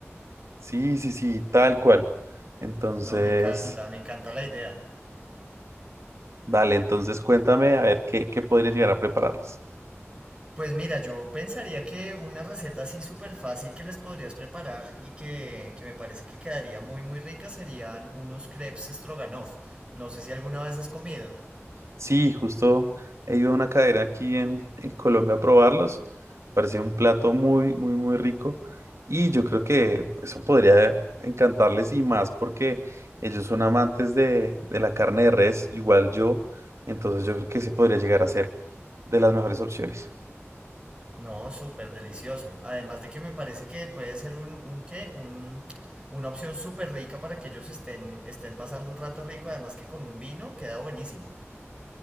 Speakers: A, on the right; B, on the right.
A: Sí, sí, sí, tal cual. Entonces,
B: No, me encanta, me encanta la idea.
A: dale, entonces cuéntame a ver qué, qué podría llegar a prepararles.
B: Pues mira, yo pensaría que una receta así súper fácil que les podrías preparar y que, que me parece que quedaría muy muy rica serían unos crepes stroganoff. No sé si alguna vez has comido.
A: Sí, justo he ido a una cadera aquí en, en Colombia a probarlos. Parecía un plato muy, muy, muy rico. Y yo creo que eso podría encantarles y más porque ellos son amantes de, de la carne de res, igual yo. Entonces yo creo que ese podría llegar a ser de las mejores opciones.
B: No, súper delicioso. Además de que me parece que puede ser un, un qué, un, una opción súper rica para que ellos estén, estén pasando un rato rico, además que con un vino queda buenísimo.